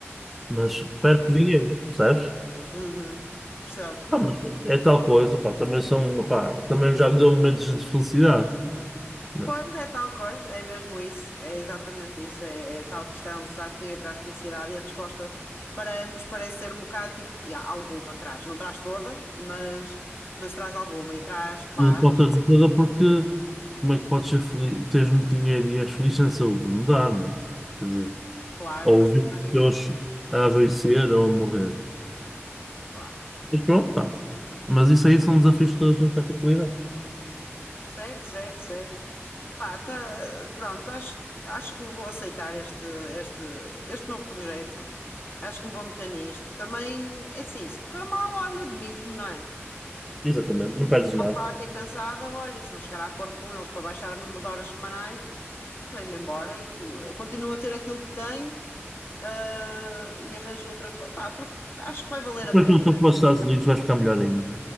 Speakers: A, in the centre; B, on the left.
A: mas perto de dinheiro, percebes?
B: Uhum. Percebo.
A: Pá, mas é tal coisa, pá, também são, pá, também já me deu momentos de felicidade. Não,
B: Pois é tal coisa, é mesmo isso, é exatamente isso, é, é tal questão, será que o dinheiro traz felicidade? E a resposta para ambos parece ser um bocado tipo, "Ya, alguma traz, não traz toda, mas, mas traz alguma e traz paz,
A: não pode trazer toda porque como é que tu podes ser feliz, teres muito dinheiro e és feliz sem saúde? Não dá, não é? Quer dizer,
B: claro,
A: ou
B: mas
A: ver
B: também,
A: os teus a adoecer ou a morrer.
B: claro,
A: Mas pronto, pá. Mas isso aí são desafios que toda a gente vai ter que lidar.
B: certo, certo, certo. Pá, tá, pronto, acho, acho que vou aceitar este, este, este novo projeto, acho que me vou meter nisto. Também, é assim, se correr mal, olha, admito-me, não é?
A: Exatamente, não perdes nada.
B: à parte e cansada, olha, e se não chegar a acordo com eles para baixar o número de horas semanais, vem-me embora e que- continuo a ter aquilo que tenho, ah, e arranjo outra coisa. Pá, porque acho que vai valer
A: Depois
B: a pena.
A: quando for para os Estados Unidos vais ficar melhor ainda.